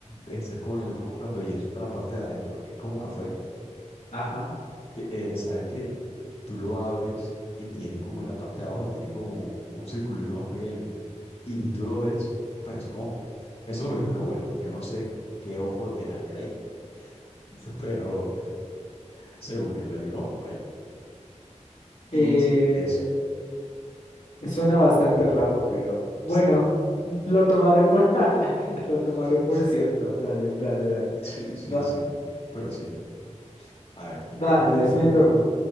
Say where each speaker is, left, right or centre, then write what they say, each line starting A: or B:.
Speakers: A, on the left; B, on the left.
A: estás con el, cuando ya está la parte de adentro, que es como café,
B: Ajá.
A: que, eh, sabes que tú lo abres y tiene como en la parte de abajo, tiene como un circulito más pequeño. Y tú lo ves, parece un ojo. Eso me lo dijo mi abuelo. Yo no sé qué ojo verá él ahí, <laughs> pero según él hay un ojo ahí. Y
B: Eh,
A: sí, es...
B: suena bastante raro, pero bueno,
A: sí.
B: lo tomaré por <laughs> lo tomaré
A: <laughs>
B: por cierto. Dale, dale, dale.
A: Sí, sí,
B: Va,
A: sí. Pero sí. A ver.
B: vale,
A: No, pero fíjate,
B: es
A: yo
B: mi
A: recuerdo.
B: turno.